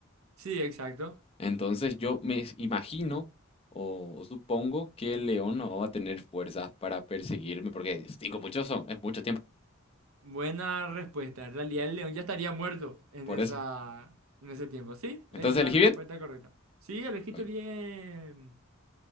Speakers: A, on the right (about 75°); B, on the left (about 25°).
A: Sí, exacto.
B: Entonces yo me imagino o, o supongo que el león no va a tener fuerzas para perseguirme, porque cinco muchos son, es mucho tiempo.
A: Buena respuesta. En realidad el león ya estaría muerto en
B: Por
A: esa,
B: eso.
A: en ese tiempo. Sí, es
B: Entonces
A: la
B: elegí
A: respuesta
B: bien.
A: correcta. Sí, elegiste
B: Bueno,
A: bien.